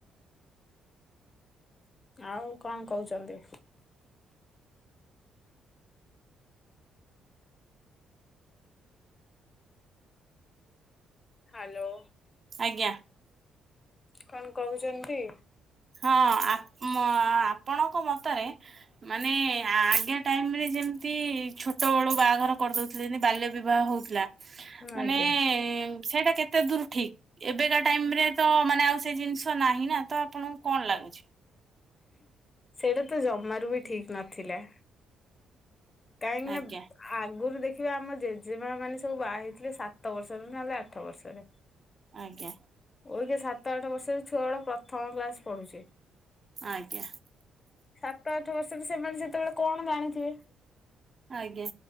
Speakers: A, on the left; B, on the right.
A: ଆଉ କଣ କହୁଛନ୍ତି? ହାଲୋ।
B: ଆଜ୍ଞା।
A: କଣ କହୁଛନ୍ତି?
B: ହଁ, ଆପ ମ ଆପଣଙ୍କ ମତରେ ମାନେ ଆଜ୍ଞା ଟାଇମ ରେ ଯେମିତି ଛୋଟ ବେଳୁ ବାହାଘର କରିଦଉ ଥି ଯେମିତି ବାଲ୍ୟ ବିବାହ ହଉଥିଲା। ମାନେ
A: ଆଜ୍ଞା
B: ସେଇଟା କେତେ ଦୂର ଠିକ? ଏବେକା ଟାଇମରେ ତ ମାନେ ଆଉ ସେ ଜିନିଷ ନାହିଁ ନା। ତ ଆପଣଙ୍କୁ କଣ ଲାଗୁଛି?
A: ସେଇଟା ତ ଜମାରୁ ବି ଠିକ ନଥିଲା। କାହିଁକି
B: ଆଜ୍ଞା
A: ନା ଆଗରୁ ଦେଖିବେ ଆମ ଜେଜେମା ମାନେ ସବୁ ବାହା ହେଇଥିଲେ ସାତ ବର୍ଷରେ ନହେଲେ ଆଠ ବର୍ଷରେ।
B: ଆଜ୍ଞା।
A: ଓରକେ ସାତ ଆଠ ବର୍ଷରେ ଛୁଆ ବଡ଼ ପ୍ରଥମ କ୍ଲାସ ପଢ଼ୁଛି।
B: ଆଜ୍ଞା।
A: ସାତ ଆଠ ବର୍ଷରେ ସେମାନେ ସେତେବେଳେ କଣ ଜାଣିଥିବେ?
B: ଆଜ୍ଞା।